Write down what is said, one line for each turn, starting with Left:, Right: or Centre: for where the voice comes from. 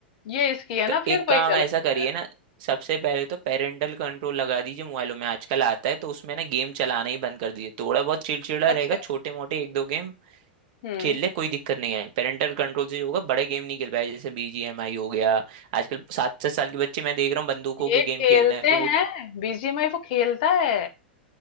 Left: ये इसकी है
Right: तो
Left: ना फिर
Right: एक
Left: वही
Right: काम
Left: चला
Right: ऐसा
Left: जाता
Right: करिए
Left: है
Right: ना
Left: हम्म,
Right: सबसे पहले तो पेरेंटल कंट्रोल लगा दीजिए मोबाइलों में आजकल आता है तो उसमें ना गेम चलाना ही बंद कर दीजिए थोड़ा बहुत चिड़चिड़ा
Left: अच्छा
Right: रहेगा छोटे मोटे एक दो गेम
Left: हम्म
Right: खेल ले कोई दिक्कत नहीं है पेरेंटल कंट्रोल से जो होगा बड़े गेम नहीं खेल पाए जैसे बीजीएमआई हो गया आजकल सात सात साल के बच्चे मैं देख रहा हूँ बंदूकों
Left: ये
Right: के गेम
Left: खेलते
Right: खेल रहे हैं तो वो
Left: हैं बीजीएमआई वो खेलता है